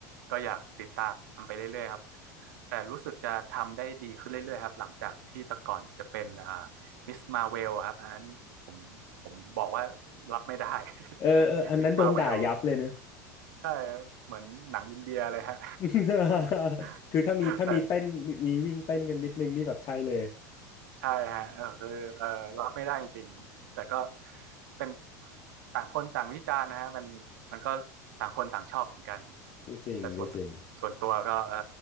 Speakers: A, on the right; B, on the left.
A: ก็อยากติดตามไปเรื่อยๆครับ แต่รู้สึกจะทำได้ดีขึ้นเรื่อยๆครับหลังจากที่แต่ก่อนจะเป็นอ่ามิสมาเวลครับอันนั้นผมผมบอกว่ารับไม่ได้
B: เออเอออันนั้นโดนด่ายับเลยเนอะ
A: <laughs> มิสมาเวลใช่เหมือนหนังอินเดียเลยฮะ
B: <laughs>
A: <laughs>
B: คือถ้ามีถ้ามีเต้นมีมีวิ่งเต้นกันนิดนึงนี่แบบใช่เลย
A: แต่ ใช่ฮะเออคือเออรับไม่ได้จริงๆแต่ก็เป็นต่างคนต่างวิจารณ์นะฮะมันมันก็ต่างคนต่างชอบเหมือนกัน
B: ก็จริงก็จริง
A: แต่ส่วนส่วนตัวก็เออ